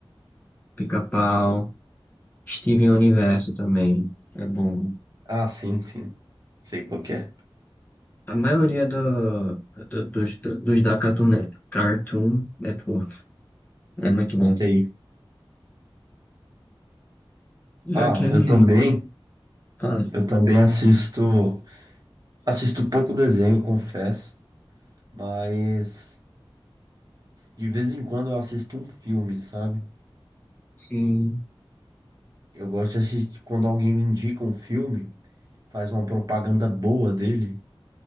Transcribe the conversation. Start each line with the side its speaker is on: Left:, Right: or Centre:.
Left: Pica-Pau, Steven Universo também. É bom.
Right: Ah, sim, sim. Sei qual que é.
Left: A maioria do, do- dos, dos da Cartoon Net- Cartoon Network é muito bom.
Right: Sei.
Left: E
Right: Ah,
Left: aquele,
Right: eu também.
Left: cara,
Right: Eu também assisto. Assisto pouco desenho, confesso, mas de vez em quando eu assisto um filme, sabe?
Left: sim.
Right: Eu gosto de assistir quando alguém me indica um filme, faz uma propaganda boa dele,